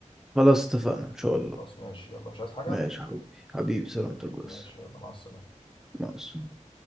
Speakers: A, in the centre; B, on the left.
A: خلاص اتفقنا إن شاء الله
B: خلاص ماشي يلا مش عايز حاجه
A: ماشي يا حبيبي حبيبي سلامتك
B: ماشي
A: بس
B: يلا مع السلامه
A: مع السلامة